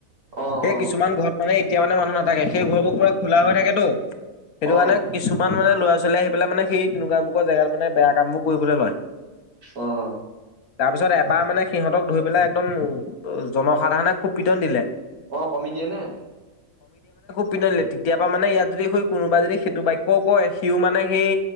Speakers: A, on the right; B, on the left.
A: অ
B: সেই
A: অ
B: কিছুমান ঘৰত মানে এ এতিয়া মানে মানুহ নাথাকে, সেই ঘৰবোৰ পুৰা খোলা হৈ থাকে তো, সেইটো
A: অ
B: কাৰণে কিছুমান মানে ল'ৰা ছোৱালী আহি পেলাই মানে সেই তেনেকুৱা বোকৰ জেগাত মানে বেয়া কামবোৰ কৰিবলৈ লয়।
A: অ'।
B: তাৰপিছত এবাৰ মানে সিহঁতক ধৰি পেলাই একদম জনসাধাৰণে খুব পিটন দিলে।
A: অ', কমিটিয়ে নে?
B: পিতন দিলে, তেতিয়াপা মানে ইয়াত যদি সৈ কোনোবা যদি সেইটো বাক্যও কয় সিও মানে, সেই